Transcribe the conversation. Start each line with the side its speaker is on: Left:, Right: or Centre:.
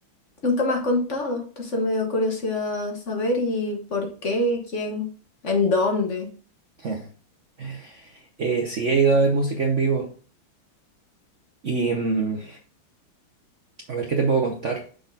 Left: nunca me has contado, entonces me dio curiosidad saber y por qué, quién, en dónde,
Right: <laughs> Eh, sí, he ido a ver música en vivo. Y mm, a ver qué te puedo contar.